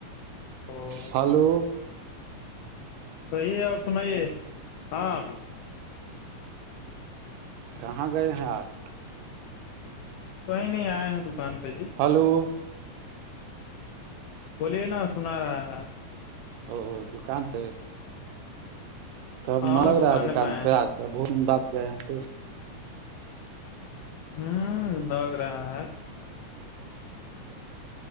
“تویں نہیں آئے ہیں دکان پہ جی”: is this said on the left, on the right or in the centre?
Left